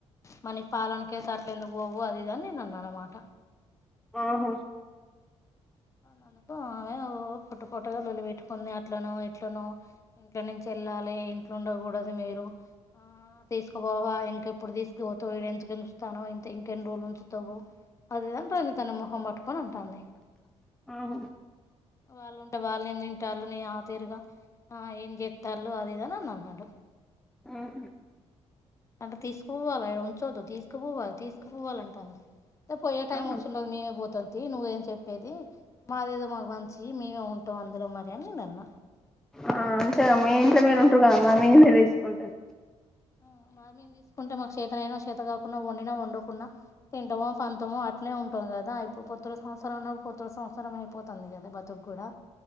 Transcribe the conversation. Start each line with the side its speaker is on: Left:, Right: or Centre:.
Left: మనక్ కథన్ అకే అట్ల ఎందుకు పోవు అదిఇది నేన్ అన్నా అన్నమాట.
Centre: ఆహో
Left: అవును అనుకో ఓ పాట్ పొటుగా లొల్లి పెట్టుకున్న అట్లనో ఇట్లనో, ఇంట్ల నుంచి ఎల్లలే ఇంట్లో ఉండకూడదు మీరు ఆ తీసుకుపోవా ఇంకెప్పుడు తీసుకుపోతావ్ ఎందుకు ఉంచుతనవ్ ఇ ఇంకెన్ని రోజులు ఉంచుతావు. అదిదని రజతన మొహం పట్టుకొని ఉంటాది
Centre: ఆహా
Left: వాళ్ళు ఉంటే వాళ్ళ ఏం తింటారు నీ ఆ తీరుగా ఆ ఏం చెప్తారులే అది ఇది అని నన్ను అన్నాడు
Centre: ఆహా
Left: అంటే తీసుకుపోవాల ఉంచొద్దు తీసుకుపోవాలి తీసుకుపోవాలంటాంది. ఏ పోయే టైమ్
Centre: ఆ
Left: వచ్చూడది నేనే పోతాన్ టు నువ్వేం చెప్పదు మది ఏం అవచి మేమే ఉంటాం అందులో మరి అని నేన్ అన్న.
Centre: ఆ అంతేగాద మీ ఇంట్లో మీరు ఉంటారు మరి మీర్ తీసుకుంటూల్
Left: ఉమ్ మాడ్ మేము తీసుకుంటం అన్ చేతనైనా చేత కాకుండా వండిన వందకుండా తింటమ పంథమో అట్లే ఉంటాం కదా, ఇప్పుడు పొత్తురు సంసారం ఉన్నప్పుడు పొత్తురు సంసారం అయిపోతుంది కదా బతుక్ కూడా